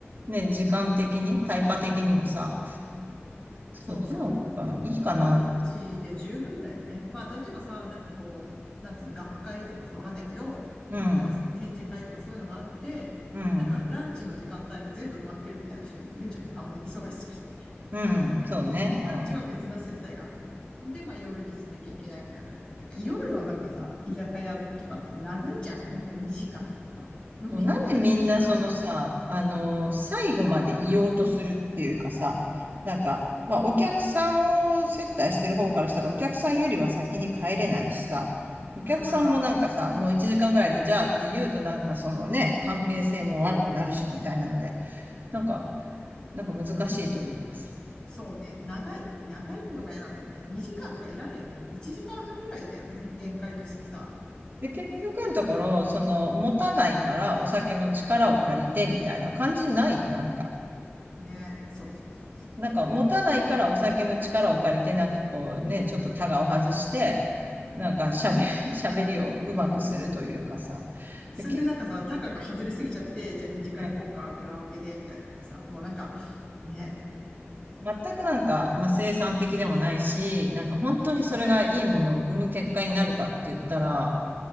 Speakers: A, on the right; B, on the left.
A: ね、時間的に、タイパ的にもさ、そっちの方がいいかな。
B: そうそう。ランチで十分だよね。まあ、例えばさ、なんかこう、なんつうの、学会とかさ、わかんないけど、
A: うん、
B: とか展示会とかそういうのがあって、
A: うん、
B: なんかランチの時間帯も全部埋まってるみたいな人いるじゃん。たまに忙しくて。
A: うん、そうね、うん。
B: ランチは別な接待があってみたいな。で、まあ夜にしなきゃいけないみたいな感じで、だから夜のなんかさ、居酒屋とかって長いじゃん。なんか2時間とかさ、飲み放題2時間半とかさ。
A: そうなんでみんなそのさ、あの、最後まで言おうとするっていうかさ、なんか、まあ、お客さんを接待してる方からしたら、お客さんよりは先に帰れないしさ、お客さんもなんかさ、
B: うん。
A: もう1時間ぐらいで、じゃあって言うとなんかそのね、関係性も悪くなるし、みたいなので、なんか、なんか難しいというかさ。
B: そうね。長い。長いのが嫌なんだよね。2時間とかいらんよね。1時間半ぐらいだよね。限界としてさ。
A: で、結局のところ、その、持たないからお酒の力を借りて、みたいな感じないなんか。
B: ね。そうそうそうそう。
A: なんか持たないからお酒の力を借りて、なんかこうね、ちょっとタガを外して、なんか喋、<laughs> 喋りをうまくするというかさ。
B: それでなんかさ、
A: で結
B: タカが外れすぎちゃって、じゃあ2次会行こうか、
A: うん
B: カラオケで、みたいな感じでさ、もうなんか、ね、
A: 全くなんか、まあ、生産的でもないし、なんか本当にそれがいいものを生む結果になるかって言ったら、